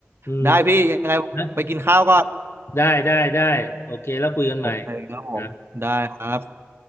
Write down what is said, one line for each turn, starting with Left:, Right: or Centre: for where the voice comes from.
Left: อืม
Right: ได้พี่ยังไงผมไปกินข้าวก่อน
Left: นะได้ได้ได้โอเคแล้วคุยกันใหม่
Right: โอเคครับผมได้ครับ
Left: นะ